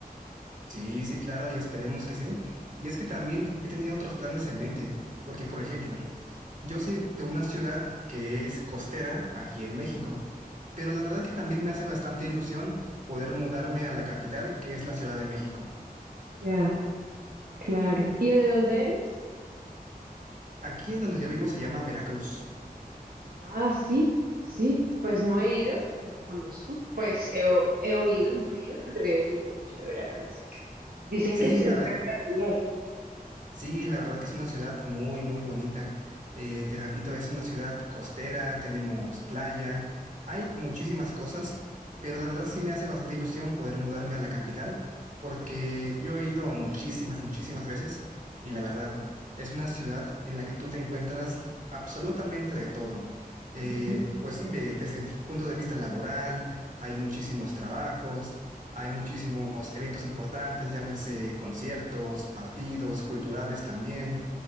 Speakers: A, on the right; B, on the right.
A: Sí, sí, claro, y esperemos que sí. Y es que también he tenido otros planes en mente, porque, por ejemplo, yo soy de una ciudad que es costera aquí en México. Pero la verdad que también me hace bastante ilusión poder mudarme a la capital, que es la Ciudad de México.
B: Ya, claro. ¿Y de dónde eres?
A: Aquí en donde yo vivo se llama Veracruz.
B: Ah, sí, sí, pues no he ido, pero conozco. Pues he, o- he oído, no he ido, pero he oído mucho de Veracruz. Dicen
A: Sí,
B: que es
A: la,
B: espectacular.
A: ver- Sí, la verdad que es una ciudad muy, muy bonita. Eh, te repito, es una ciudad costera, tenemos playa, hay muchísimas cosas, pero la verdad sí me hace bastante ilusión poder mudarme a la capital, porque yo he ido muchísimas, muchísimas veces y la verdad es una ciudad en la que tú te encuentras absolutamente de todo. Eh,
B: Ujú.
A: pues sí, de- desde el punto de vista laboral, hay muchísimos trabajos, hay muchísimos eventos importantes, llámese conciertos, partidos, culturales también,